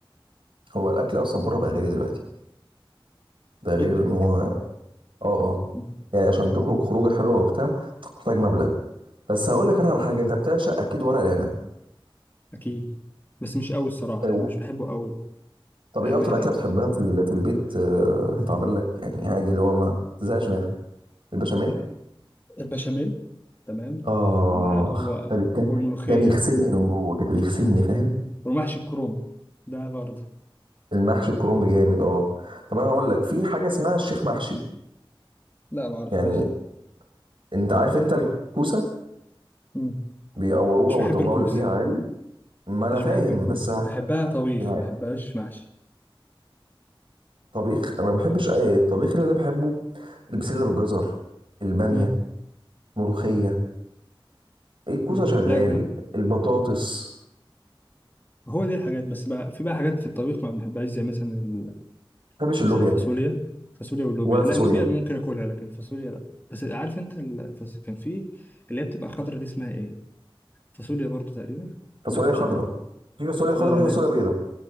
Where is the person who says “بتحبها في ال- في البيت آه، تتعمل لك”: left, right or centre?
Right